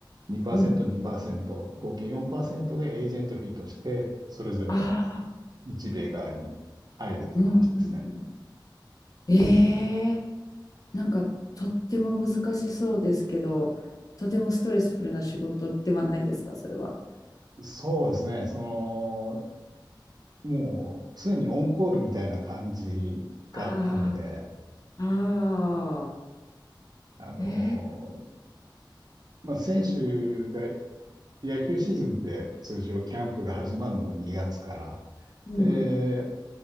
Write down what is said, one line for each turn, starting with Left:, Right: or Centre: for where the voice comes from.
Right: 2%、
Left: うん。
Right: 2%、合計4%がエージェントフィーとして、それぞれの
Left: ああ、
Right: 日米側に入るっていう感じですね。
Left: うん、うん。ええなんかとっても難しそうですけど、とてもストレスフルな仕事ではないですか、それは。
Right: そうですね。その、もう常にオンコールみたいな感じがあったので、
Left: ああ、ああ、
Right: あの、
Left: ええ
Right: まあ、選手が、野球シーズンって通常キャンプが始まるのが2月から、
Left: うん、
Right: で、